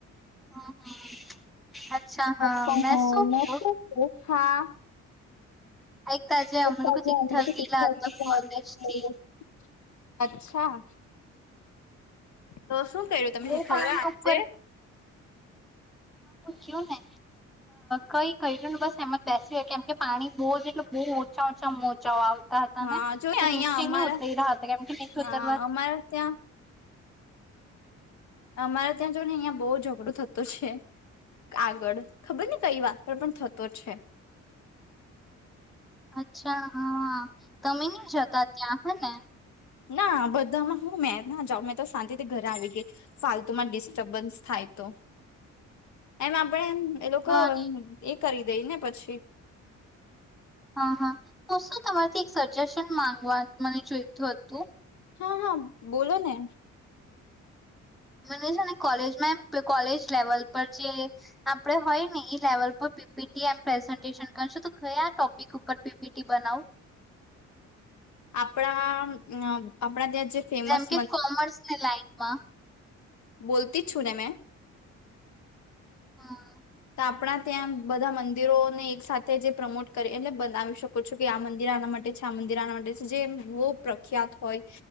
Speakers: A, in the centre; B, on the left.
A: હમ હમ અચ્છા હા
B: આ
A: મેં શું કું
B: હા હા
A: એક તાજે અમે
B: એ સાજત
A: લોકો ચિઠ્ઠલ
B: <unintelligible>
A: ગીલા હતા કોલેજ થી
B: અચ્છા. તો શું કર્યું તમે
A: બહુ
B: તિથલ
A: પાણી
B: માં આજે?
A: ઉપર કયોને. કઈ કરીયુ નહી બસ એમમાં બેસી કેમ કે પાણી બહુ જ એટલે બહુ ઓછા ઓછા મોજાઓ આવતા. તા હતા
B: હા
A: ને
B: જોય
A: તો
B: અહિયાં
A: નીચે
B: અમારા
A: ન ઉતરી રહ્યા હતા, કેમ કે નીચે
B: હા
A: ઉતરવા જ
B: અમારે ત્યાં અમારે ત્યાં જો ને અહિયાં બહુ ઝઘડો થતો છે, આગળ ખબર ને કઈ વાત પણ થતો છે,
A: અચ્છા હા તમે ન જતા ત્યાં હે ને.
B: ના બધામાં હું મે ના જાવ મેં તો શાંતિથી ઘરે આવી ગઈ ફાલતુમાં ડિસ્ટર્બન્સ થાય તો એમ આપડે એમ. એ લોકો
A: હા
B: એ કરી દઈ ને પછી.
A: હા હા હું શું તમારેથી એક સજેશન માંગવા મને જોઈતું હતું.
B: હા હા બોલો ને.
A: મને છે ને કોલેજમાં એ કોલેજ લેવલ પર જે આપડે હોય ને એ લેવલ પર. પીપીટી એમ પ્રેઝન્ટેશન કરશો તો કયા આ ટોપિક ઉપર પીપીટી બનાવુ.
B: આપણા અ આપણા ત્યાં. જે ફેમસ
A: જેમ કે કોમર્સની લાઈનમાં.
B: બોલતી જ છુંને મેં.
A: હા.
B: તો આપણા ત્યાં બધા મંદિરોને એક સાથે જે પ્રમોટ કરે એટલે બનાવી શકો છો કે આ મંદિર આના માટ ટે છે આ મંદિર આના માટે જે બહુ પ્રખ્યાત હોય